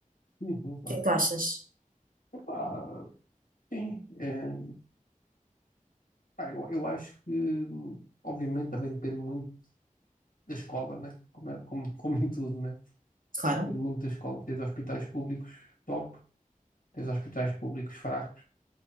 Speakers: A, on the left; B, on the right.
A: Sim, sim, claro.
B: que é que tu achas?
A: Epá, sim. eh, pá, eu, eu acho que, obviamente, também depende muito da escola, né? Como, é- como, como em tudo, né?
B: Claro.
A: Depende muito da escola. Tens hospitais públicos top, tens hospitais públicos fracos,